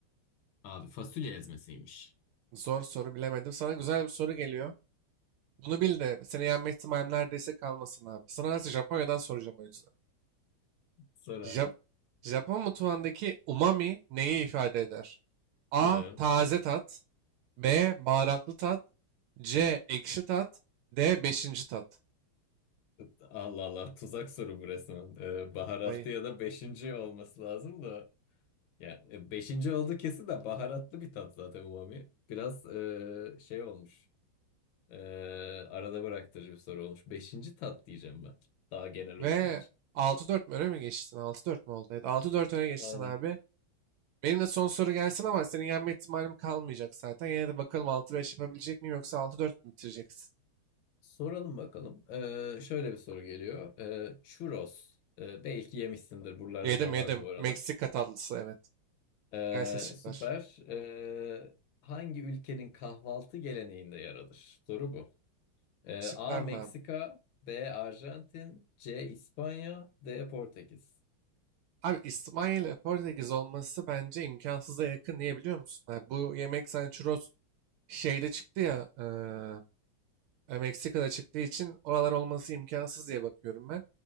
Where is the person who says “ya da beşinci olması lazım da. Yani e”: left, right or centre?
Left